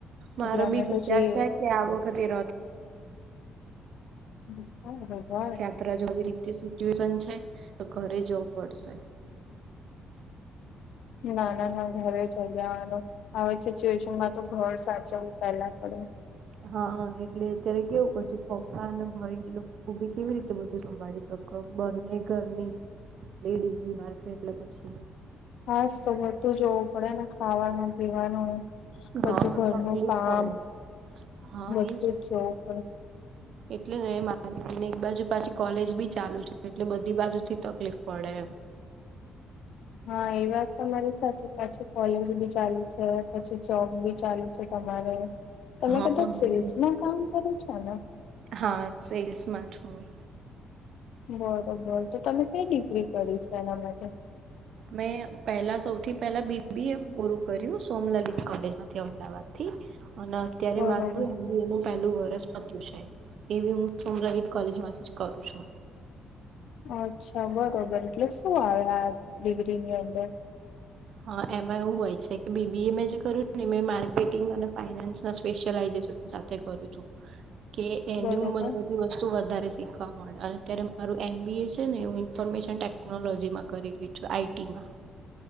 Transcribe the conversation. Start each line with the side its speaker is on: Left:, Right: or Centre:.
Right: મારો
Left: એટલે અમે
Right: બી
Left: પછી
Right: વિચાર છે કે આ વખતે રથ.
Left: હમ. હ, હ.
Right: યાત્રા જો આવી રીતે સિચ્યુએશન છે તો ઘરે જવું પડશે.
Left: ના, ના, ના. ઘરે ચલી જવાનું આવે જ સિચ્યુએશનમાં તો ઘર સાચવું. પેલા પડે.
Right: હા, એટલે અત્યારે કેવું? પછી પપ્પા અને ભાઈ ને લોકો ખબી કેવી રીતે બધું સંભાળી શકે? બંને ઘરની લેડીઝ બીમાર છે, એટલે પછી
Left: હાસ, તો બધું જોવું પડે ને, ખાવાનું-પીવાનું. બધું
Right: હા
Left: ઘરનું
Right: તકલીફ
Left: કામ
Right: પડે હા
Left: બધું
Right: એજ
Left: જ જોવું પડે.
Right: એટલે મારી એક બાજુ પાછી કોલેજ બી ચાલુ છે, એટલે બધી બાજુ થી તકલીફ પડે એમ.
Left: હા, એ વાત તમારી સાચી. પછી કોલેજ બી ચાલુ છે, પછી જોબ બી ચાલુ છે તમારે. તમે
Right: હા
Left: કદાચ સિલ્સમાં
Right: એટલે
Left: કામ કરો છો ને?
Right: હા, સેલ્સમાં છું.
Left: બરોબર, તો તમે કઈ ડિગ્રી કરી છે એના માટે?
Right: મેં પહેલા સૌથી પહેલા બીબીએ પૂરું કર્યું, સોમલલિત કોલેજમાંથી, અમદાવાદ થી. અને ત્યારે
Left: બરોબર
Right: મારું એમ બીએ નું પહેલું વર્ષ પત્યુ છે, એવી હું સોમરહિત કોલેજમાંથી. કરું છું.
Left: અચ્છા, બરોબર. એટલે શું આવે આ ડિગ્રીની અંદર?
Right: હા, એમાં એવું હોય છે કે બીબીએ મે જે કરું ને, મેં માર્કેટિંગ અને ફાઈનાન્સ ના સ્પેશ્યલાઇઝેશન. સાથે કરું છું.
Left: <unintelligible>
Right: કે એનું
Left: બરોબર
Right: મારુ વસ્તુ વધારે શીખવા મળે, અને અત્યારે મારું એમ બી એ છે ને, એવું ઇન્ફોર્મેશન ટેકનોલોજી. ટેકનોલોજીમાં કરી રહી છું, આઈટીમાં